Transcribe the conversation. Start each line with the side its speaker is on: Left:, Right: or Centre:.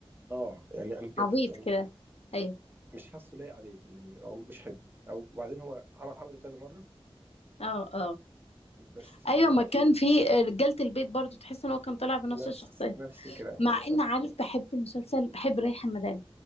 Right: اه يعني انا بجد
Left: عبيط
Right: يعني
Left: كده أيوة
Right: مش حاسه لايق عليه م- م- مش حلو او وبعدين هو عمل عمله كذا مره
Left: اه اه
Right: بس فما
Left: أيوة ما كان في رجالة البيت برضو تحس إن هو كان طالع بنفس
Right: نفس
Left: الشخصية
Right: نفس الكلام
Left: مع
Right: ف...
Left: إن عارف بحب مسلسل بحب ريحان مدام